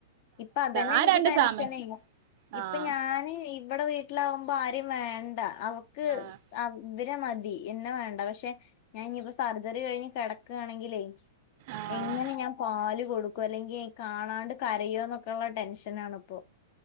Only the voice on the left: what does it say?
ഇപ്പൊ അതന്നെ
എനിക്ക്
ടെൻഷനെ
ഇപ്പൊ
ഞാന് ഇവടെ വീട്ടിലാകുമ്പോ ആരിം വേണ്ട അവക്ക്
അവ് ഇവരെ മതി എന്നെ വേണ്ട പക്ഷെ ഞാൻ ഇനിയിപ്പോ സർജറി കഴിഞ്ഞ് കിടക്കുകയാണെങ്കിലേ
എങ്ങനെ ഞാൻ പാല് കൊടുക്കും അല്ലെങ്കിൽ കാണാണ്ട് കരയോ ന്നൊക്കെള്ള ടെൻഷനാണിപ്പോ.